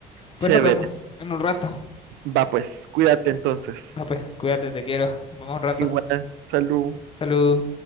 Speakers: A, on the left; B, on the right.
A: Pues
B: Chévere.
A: nos vemos en un rato.
B: Va, pues, cuídate entonces.
A: Va, pues, cuídate, te quiero. Nos vemos un rato.
B: Igual, salud.
A: Salud.